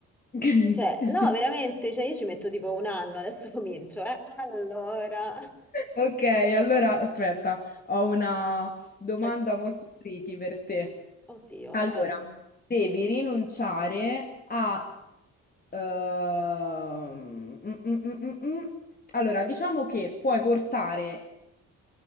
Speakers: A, on the left; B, in the centre.
A: <laughs>
B: Cioè, no, veramente, cioè io ci metto tipo un anno, adesso <laughs> comincio, eh. Allora,
A: Ok, allora aspetta, ho una domanda
B: cioè,
A: molto tricky per te.
B: oddio,
A: Allora,
B: vai.
A: devi rinunciare a... ehm, mm, mm, mm, mm, mm. Allora, diciamo che puoi portare